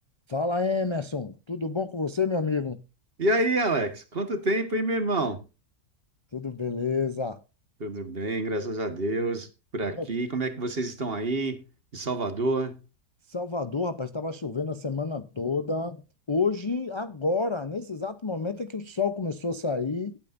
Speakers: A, on the left; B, on the right.
A: Fala, Emerson. Tudo bom com você, meu amigo?
B: E aí, Alex? Quanto tempo, hein, meu irmão?
A: Tudo beleza.
B: Tudo bem, graças a Deus, por aqui.
A: Ok.
B: Como é que vocês estão aí, em Salvador?
A: Salvador, rapaz, estava chovendo a semana toda. Hoje, agora, nesse exato momento é que o sol começou a sair.